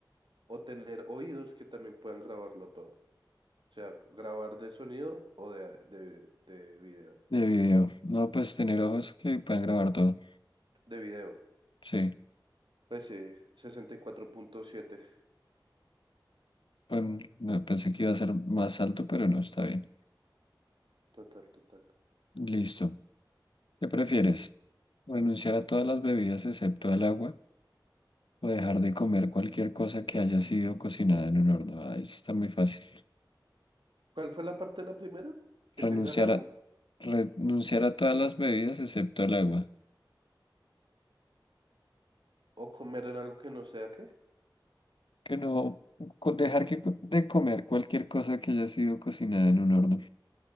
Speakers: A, on the right; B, on the left.
A: o tener oídos que también puedan grabarlo todo. O sea, grabar de sonido o de, de, de video.
B: De video. No, pues tener ojos que puedan grabar todo.
A: De video.
B: Sí.
A: Pues sí, sesenta y cuatro punto siete
B: Bueno, no, pensé que iba a ser más alto, pero no, está bien.
A: Total, total.
B: Listo. ¿Qué prefieres? ¿Renunciar a todas las bebidas excepto al agua o dejar de comer cualquier cosa que haya sido cocinada en un horno? Ah, eso está muy fácil.
A: ¿Cuál fue la parte de la primera? ¿Que
B: Renunciar
A: tengan agua?
B: a, renunciar a todas las bebidas excepto al agua.
A: ¿O comer en algo que no sea qué?
B: Que no, co- dejar que co- de comer cualquier cosa que haya sido cocinada en un horno.